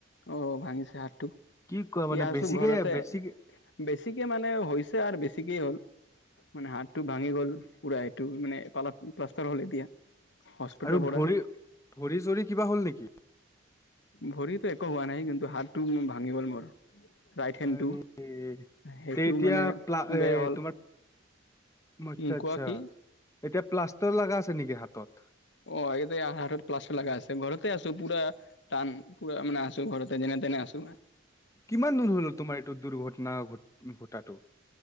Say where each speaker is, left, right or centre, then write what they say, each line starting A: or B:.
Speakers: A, on the left (about 60°); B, on the left (about 15°).
A: অ, ভাঙিছে হাতটো
B: কি কোৱা
A: এতিয়া
B: মানে
A: আছোঁ
B: বেছিকে
A: ঘৰতে।
B: বেছিকে
A: বেছিকে মানে হৈছে আৰু বেছিকে হ'ল। মানে হাত টো ভাঙি গ'ল পুৰা এইটো মানে পা প্লাষ্টাৰ হ'ল এতিয়া। হস্পিটেলৰ
B: আৰু
A: পৰা
B: ভৰি, ভৰি চৰি কিবা হ'ল নেকি?
A: ভৰিতো একো হোৱা নাই কিন্তু হাতটো ভাঙি গ'ল মোৰ। ৰাইট হেণ্ডটো
B: ৰে তে
A: সেইটো
B: তেতিয়া
A: মানে
B: প্লা
A: বেয়া
B: এ
A: হ'ল
B: তোমাৰ আচ্ছা,
A: উম,
B: আচ্ছা,
A: কোৱা কি
B: এতিয়া প্লাষ্টাৰ লগা আছে নেকি হাতত।
A: অ' ইয়াতে প্লাষ্টাৰ লগা আছে ঘৰতে আছো পোৰা। টান পুৰা মানে আছোঁ ঘৰতে যেনে তেনে আছোঁ।
B: কিমান দূৰ হ'ল তোমাৰ এইটো দুৰ্ঘটনাট ঘটাটো।